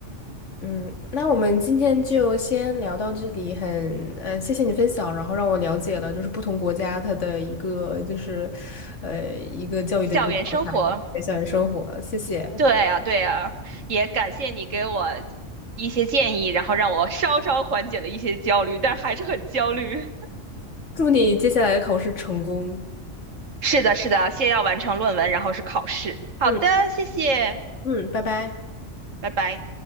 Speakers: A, on the left (about 65°); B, on the right (about 75°).
A: 嗯，那我们今天就先聊到这里，很，呃，谢谢你分享，然后让我了解了就是不同国家它的一个就是，呃，一个教育的一个状态，
B: 校园生活，
A: 对校园生活，谢谢，
B: 对啊，对啊，也感谢你给我一些建议，然后让我稍稍缓解了一些焦虑，但还是很焦虑。
A: 祝你接下来的考试成功，
B: 是的，是的，先要完成论文，然后是考试。好的，
A: 嗯
B: 谢谢，
A: 嗯，拜拜。
B: 拜拜。